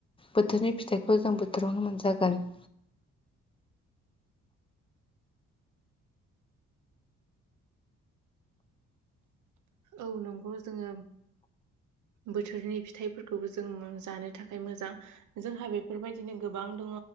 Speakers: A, on the left; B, on the right.
A: बोथोरनि फिथाइखौ जों बोथोरावनो मोनजागोन। <inaudible>
B: औ नंगौ जोङो बोथोरनि फिथाइफोरखौबो जों जानो थाखाय मोजां। जोंहा बेफोरबायदिनो गोबां दङ